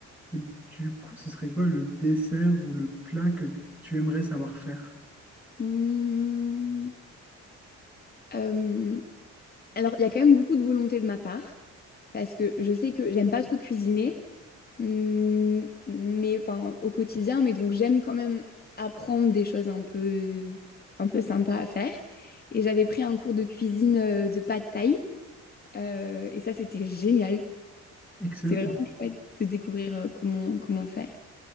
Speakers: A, in the centre; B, on the left (about 30°).
A: Et du coup, ce serait quoi le dessert ou le plat que tu aimerais savoir faire?
B: Hum, euh, Alors, il y a quand même beaucoup de volonté de ma part, parce que je sais que j'aime pas trop cuisiner, hum, mais enfin au quotidien, mais donc j'aime quand même apprendre des choses un peu, un peu sympas à faire. Et j'avais pris un cours de cuisine euh, de pad thaï, euh, et ça c'était génial.
A: Excellent.
B: C'était vraiment chouette de découvrir euh, comment, comment faire.